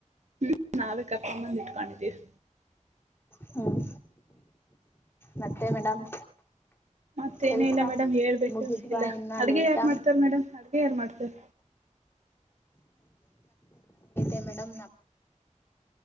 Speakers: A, on the right; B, on the left.
A: ಹ್ಮ್ ನಾವೇ ಕರ್ಕೊಂಬಂದು ಇಟ್ಕೊಂಡಿದ್ದೀವಿ
B: ಹ್ಮ್ ಮತ್ತೆ ಮೇಡಮ್.
A: ಮತ್ತೇನೇ
B: ಕೆಲ್ಸ
A: ಇಲ್ಲ ಮೇಡಮ್ ಹೇಳ್ಬೇಕು
B: ಮುಗಿದ್ವಾ
A: ಎಲ್ಲಾ
B: ಇನ್ನ
A: ಅಡುಗೆ
B: ಲೇಟಾ
A: ಯಾರ್ ಮಾಡ್ತಾರ ಮೇಡಮ್ ಅಡುಗೆ ಯಾರು ಮಾಡ್ತಾರ.
B: <inaudible> ಹನ್ನೆದು